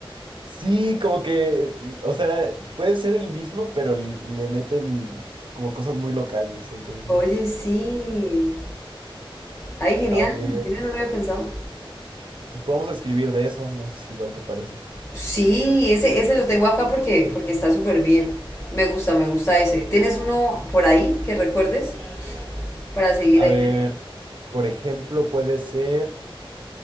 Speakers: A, on the right; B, on the left.
A: Sí, como que, o sea, puede ser el mismo, pero l- le meten como cosas muy locales. Entonces,
B: Oye, sí. Ay, genial.
A: a ver,
B: Mira, no lo había pensado.
A: pues podemos escribir de eso, no sé si igual te parece.
B: Sí, ese, ese lo tengo acá porque, porque está súper bien. Me gusta, me gusta ese. ¿Tienes uno por ahí que recuerdes para seguir
A: A
B: ahí?
A: ver, por ejemplo, puede ser